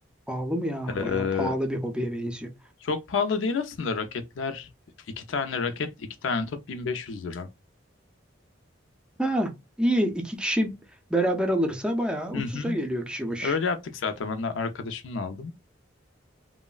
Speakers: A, in the centre; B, on the left (about 80°).
A: Pahalı mı ya?
B: Ee,
A: Bayağı pahalı bir hobiye benziyor.
B: çok pahalı değil aslında raketler. İki tane raket, iki tane top 1500 lira.
A: Ha, iyi. İki kişi beraber alırsa bayağı ucuza
B: Hı hı.
A: geliyor kişi başı.
B: Öyle yaptık zaten. Ben de arkadaşımla aldım.